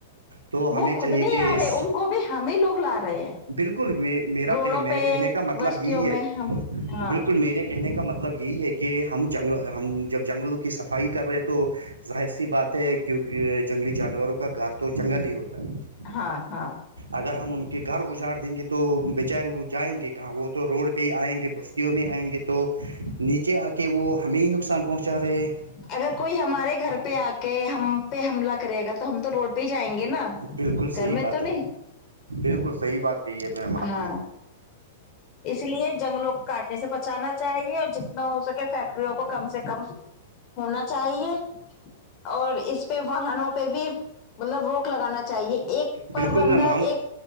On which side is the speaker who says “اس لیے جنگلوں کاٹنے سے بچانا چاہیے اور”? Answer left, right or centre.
Left